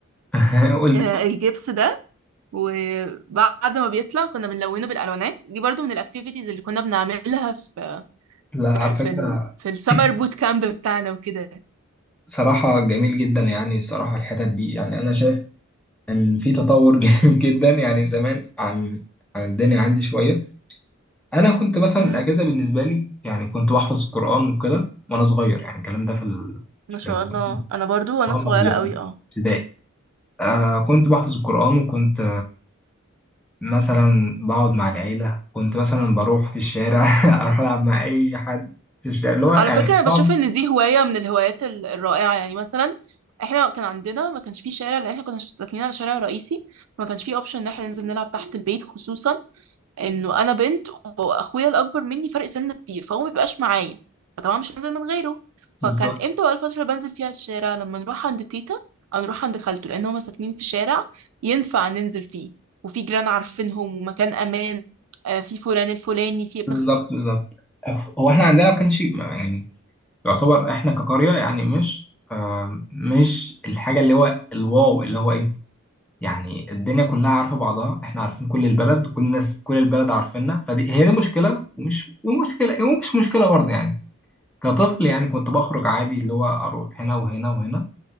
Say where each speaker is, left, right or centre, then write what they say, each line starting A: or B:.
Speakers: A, in the centre; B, on the right.
A: <laughs> قلت
B: آه... الجبس ده وبعد ما بيطلع كنا بنلونه بالالوانات دي برضو من الاكتيفيتيز اللي كنا بنعملها في
A: لا على
B: في في,
A: فكره
B: ال... في السمر
A: <clears throat>
B: بوت كامب بتاعنا وكده
A: صراحة جميل جدا يعني صراحة الحتت دي يعني أنا شايف إن في تطور <laughs> جدا يعني زمان عن عن الدنيا عندي شوية انا كنت مثلا
B: مم.
A: الاجازه بالنسبه لي يعني كنت بحفظ القران وكده وانا صغير يعني الكلام ده في ال... في
B: ما شاء
A: ال-
B: الله
A: مثلا
B: انا برضو وانا
A: وأنا
B: صغيره
A: في
B: قوي اه
A: الابتدائي آه كنت بحفظ القران وكنت مثلا بقعد مع العيله كنت مثلا بروح في الشارع <laughs> اروح العب مع اي حد في الشارع اللي هو يعني
B: على فكره انا بشوف
A: صعب
B: ان دي هوايه من الهوايات ال- الرائعه يعني مثلا احنا كان عندنا ما كانش فيه شارع لان احنا كنا ساكنين على شارع رئيسي ما كانش فيه اوبشن ان احنا ننزل نلعب تحت البيت خصوصا انه انا بنت واخويا الاكبر مني فرق سن كبير فهو ما بيبقاش معايا فطبعا مش هنزل من غيره
A: بالظبط
B: فكان امتى بقى الفتره اللي بنزل فيها الشارع لما نروح عند تيتا او نروح عند خالته لان هما ساكنين في شارع ينفع ننزل فيه وفي جيران عارفينهم ومكان امان آه، في فلان الفلاني في ابن
A: بالظبط بالظبط هو احنا عندنا ما كانش ما- يعني يعتبر احنا كقريه يعني مش آه مش الحاجه اللي هو الواو اللي هو ايه يعني الدنيا كلها عارفة بعضها احنا عارفين كل البلد وكل الناس كل البلد عارفيننا فدي هي دي مشكلة ومش ومشكلة ومش مشكلة برضه يعني كطفل يعني كنت بخرج عادي اللي هو اروح هنا وهنا وهنا